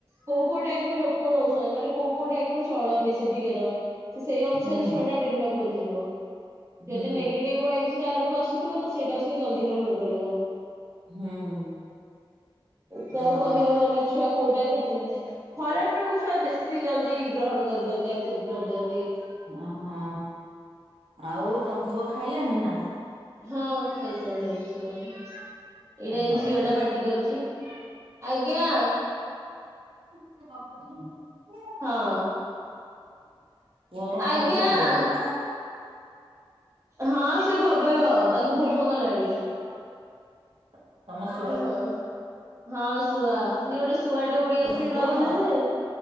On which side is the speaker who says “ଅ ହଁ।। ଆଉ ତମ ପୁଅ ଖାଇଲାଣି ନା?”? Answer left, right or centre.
Right